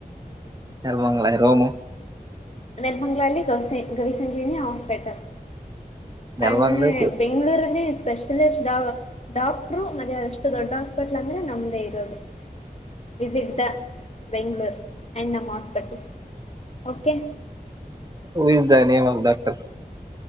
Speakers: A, on the right; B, on the left.
A: ಎರ್ವಾಂಗಾ ಯದೋಮ
B: ನೆರ್ಮಂಗಲಲ್ಲಿ ಗೌವಿ ಸಂಂಜೀವಿನಿ ಹಾಸ್ಪಿಟಲ್
A: ನೆಲಮಂಗಲ
B: ಆಮೇ ಬೆಂಗ್ಗಳೂರಲ್ಲಿ ಸ್ಪೆಷಲಿಸ್ಟ್ ಡಾಕ್ಟರು ಮತ್ತೆ ಅಷ್ಟು ದೊಡ್ಡ ಹಾಸ್ಪಿಟ್ಲ್ ಅಂದ್ರೆ ನಮ್ದೇ ಇರೋದು ವಿಿಸಿಿಟ್ ದ ಬೆಂಗ್ಳೂರು ಆಂಡ್ ನಮ್ hospital okay
A: who is the name of doctor